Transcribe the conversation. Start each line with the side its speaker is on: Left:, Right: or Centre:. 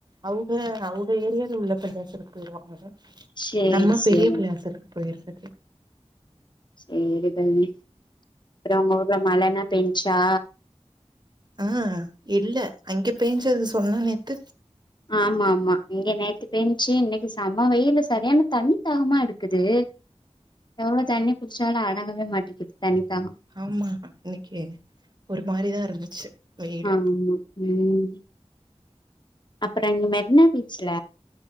Right: அவுங்க அவுக ஏரியால உள்ள பள்ளியாசலுக்கு போய்ருவாங்க
Left: சேரி
Right: நம்ம
Left: சேரி
Right: பெரிய பள்ளியாசலுக்கு போய்றது
Left: சேரி தோழி அப்பறம் உங்க ஊர்ல மழன்னா பேஞ்ச்சா
Right: ஆ இல்ல அங்க பேஞ்சது சொன்ன நேத்து
Left: ஆமா ஆமா இங்க நேத்து பேஞ்ச்சு இன்னிக்கி செம வெயிலு சரியான தண்ணி தாகமா எடுக்குது எவ்ளோ தண்ணி குடிச்சாலும் அடங்கவே மாட்டிங்குது தண்ணி தாகம்
Right: ஆமா இன்னிக்கி ஒரு மாரிதான் இருந்துச்சு வெயில்
Left: ஆம்மா ம் அப்ற அங்க மெர்னா பீச்ல